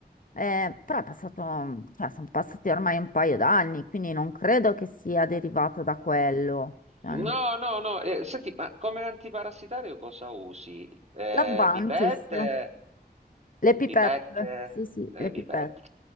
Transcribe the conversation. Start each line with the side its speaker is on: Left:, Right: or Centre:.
Left: Eh, però è passato, cioè, sono passati ormai un paio d'anni, quindi non credo che sia derivato da quello. Cioè,
Right: No,
Left: n-
Right: no, no. eh, senti, ma come antiparassitario cosa usi? Eh,
Left: L'Advantis,
Right: pipette?
Left: le pipette,
Right: Pipette,
Left: sì, sì,
Right: le
Left: le
Right: pipette.
Left: pipette.